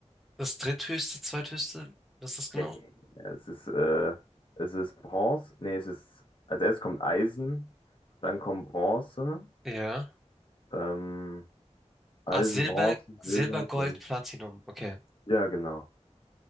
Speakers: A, in the centre; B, on the left (about 45°).
A: das dritthöchste, zweithöchste? Was ist das genau?
B: Nee, es ist, äh, es ist Bronze. Nee, es ist, als erstes kommt Eisen, dann kommt Bronze.
A: Ja.
B: Ähm, Eisen,
A: Ah, Silber,
B: Bronze,
A: Silber,
B: Silber,
A: Gold,
B: Gold.
A: Platinum. Okay.
B: Ja, genau.